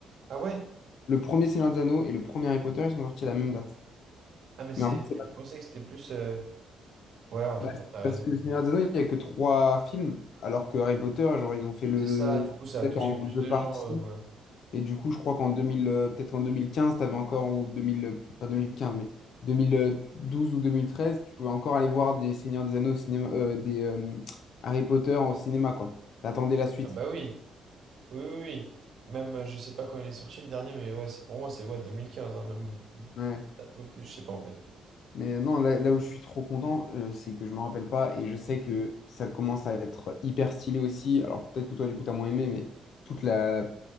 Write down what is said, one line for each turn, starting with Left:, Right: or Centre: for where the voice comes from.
Right: Ah ouais?
Left: Le premier Seigneur des Anneaux et le premier Harry Potter, ils sont sortis à la même date.
Right: Ah mais c'est.
Left: Mais en fait,
Right: Je pensais que c'était plus. euh, Ouais, en fait,
Left: Bah, c'est
Right: ouais, t'as raison.
Left: parce que Le Seigneur des Anneaux, il n'y a que trois films, alors que Harry Potter, genre, ils ont fait le...
Right: C'est ça, du coup, ça a
Left: peut-être
Right: touché
Left: en
Right: plus
Left: deux
Right: de
Left: parties.
Right: gens. euh, ouais.
Left: Et du coup, je crois qu'en 2000, euh, peut-être qu'en 2015, t'avais encore, ou 2000, euh, peut-être pas 2015, mais 2012 ou 2013, tu pouvais encore aller voir des Seigneurs des Anneaux au cinéma, euh, des euh, Harry Potter au cinéma, quoi. T'attendais la suite.
Right: Ah bah oui, oui, oui, oui. Même, euh, je sais pas quand il est sorti le dernier, mais ouais, c'est pour moi, c'est ouais, 2015, hein, même
Left: Ouais.
Right: peut-être un peu plus, je sais pas en fait.
Left: Mais euh, non, là, là où je suis trop content, euh, c'est que je me rappelle pas et je sais que ça commence à être hyper stylé aussi. Alors peut-être que toi, du coup, t'as moins aimé, mais toute la